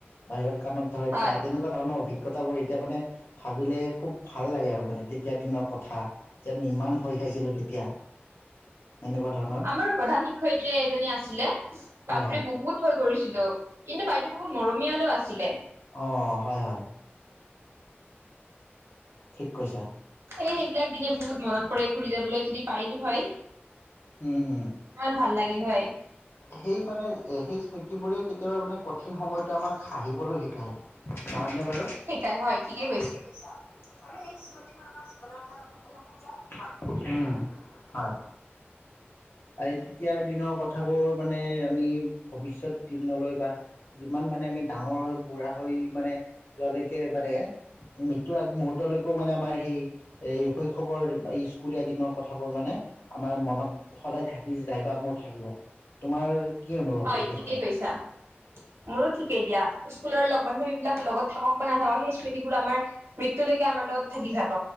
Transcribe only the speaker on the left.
বাহিৰত কানত ধৱাই
থোৱা তেনেকোৱা ধৰণৰ অভিকগতা অভিজ্ঞতাবোৰ এতিয়া মানে ভাবিলে খুব ভাল লাগে আৰু মানে তেতিয়াৰ দিনৰ কথা যে আমি ইমান ভয় খাইছিলো তেতিয়া এনেকুৱা ধৰণৰ
হয়
হয়
অ হয় হয়। ঠিক কৈছা।
উম উম
সেই মানে এ সেই স্মৃতি। বোৰে কেতিয়াবা মানে কঠিন সময়ত আমাক হাঁহিবলৈ শিকায়। নহয়নে বাৰু
থিকেই কৈছা আৰু সেই স্মৃতিবোৰ আমাৰ জীৱনৰ এটা বহুমুলীয়া সম্পদ হয় আৰু তেতিয়াৰ দিনৰ কথাবোৰ মানে আমি ভবিষ্যত দিন নলৈ বা যিমান মানে আমি ডাঙৰ হৈ বুঢ়া হৈ মানে যোৱালৈকে মানে মৃত্যুৰ আগমহুৰ্তলৈকেও মানে আমাৰ সেই এই শৈশৱৰ স্কুলীয়া দিনৰ কথাবোৰ মানে। আমাৰ মনত সদায় থাকি যাই বা মোৰ থাকিব তোমাৰ। কি অনুভৱ
এই ক্ষেত্ৰত?